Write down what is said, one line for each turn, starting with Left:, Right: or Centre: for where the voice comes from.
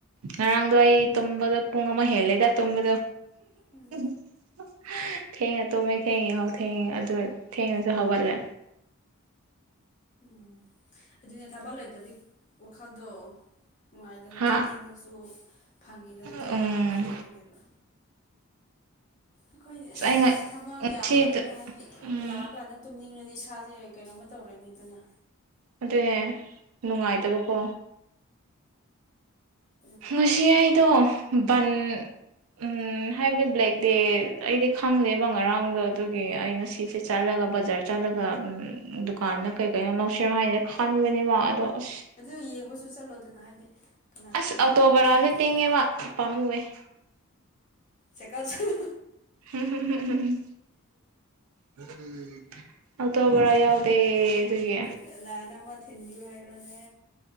Right: ꯉꯔꯥꯡꯗꯣ ꯑꯩ ꯇꯣꯝꯕꯗ ꯄꯨꯡ ꯑꯃ ꯍꯦꯜꯂꯦꯗ ꯇꯣꯝꯕꯗ
Left: ꯎꯝ
Right: <inaudible> ꯊꯦꯡꯉ ꯇꯨꯝꯃꯦꯩ ꯊꯦꯡꯉꯤ ꯍꯥꯎ ꯊꯦꯡꯉ ꯑꯗꯨ ꯊꯦꯡꯉꯁꯨ ꯍꯧꯒꯠꯂꯦ
Left: ꯎꯝ ꯑꯗꯨꯅꯦ ꯊꯕꯛ ꯂꯩꯇꯗꯤ ꯋꯥꯈꯜꯗꯣ ꯅꯨꯡꯉꯥꯏꯗꯅ
Right: ꯍꯥ
Left: ꯇꯨꯝꯅꯤꯡꯉꯁꯨ ꯐꯪꯉꯤꯗꯅ
Right: ꯎꯝ
Left: ꯇꯨꯝꯕ ꯑꯗꯨꯒꯤꯅꯦꯕ ꯑꯩꯈꯣꯏꯗꯤ ꯑꯁ
Right: ꯑꯩ ꯉꯁꯤꯗ
Left: ꯊꯕꯛ ꯌꯥꯝꯕꯅꯤꯅ ꯍꯥꯏꯕꯗꯤ
Right: ꯎꯝ
Left: ꯂꯥꯛꯑꯀꯥꯟꯗ ꯇꯨꯝꯅꯤꯡꯉꯗꯤ ꯏꯁ ꯊꯥꯁꯦ ꯀꯩꯅꯣꯝꯃ ꯇꯧꯔꯦꯅꯤ ꯗꯅ
Right: ꯑꯗꯨꯅꯦ ꯅꯨꯡꯉꯥꯏꯇꯕꯀꯣ
Left: ꯎ
Right: ꯉꯁꯤ ꯑꯩꯗꯣ ꯕꯟ ꯎ ꯍꯥꯏꯕꯗꯤ ꯄꯕ꯭꯭ꯂꯦꯛ ꯗꯦ ꯑꯩꯗꯤ ꯈꯪꯗꯦꯕ ꯉꯔꯥꯡꯗꯣ ꯑꯗꯨꯒꯤ ꯑꯩꯅ ꯁꯤꯁꯦ ꯆꯠꯂꯒ ꯕꯖꯥꯔ ꯆꯠꯂꯒ ꯗꯨꯀꯥꯟꯗ ꯀꯩ ꯀꯩꯅꯣ ꯂꯧꯁꯤꯔꯣ ꯍꯥꯏꯅ ꯈꯟꯕꯅꯦꯕ ꯑꯗꯣ ꯑꯁ
Left: ꯑꯗꯨ ꯌꯦꯡꯕꯁꯨ ꯆꯠꯂꯣꯗꯅ ꯍꯥꯏꯗꯤ ꯀꯅꯥ
Right: ꯑꯁ
Left: ꯈꯪꯕ꯭ꯔꯣ
Right: ꯑꯇꯣꯕꯔꯥꯁꯦ
Left: ꯍꯥꯡꯕ ꯂꯩꯔꯝꯃꯗꯤ
Right: ꯇꯦꯡꯦ ꯃꯥꯄꯥꯥꯝꯃꯨꯦ <inaudible>
Left: ꯆꯀꯥꯎꯁꯨꯣ
Right: ꯍꯝ ꯍꯝꯝ ꯍꯝ ꯑꯇꯣꯕ꯭ꯔ ꯌꯥꯎꯗꯦ ꯑꯗꯨꯒꯤ
Left: ꯂꯅꯥꯅ ꯑꯃ ꯍꯤꯟꯗꯤ ꯍꯥꯏꯒꯅꯦ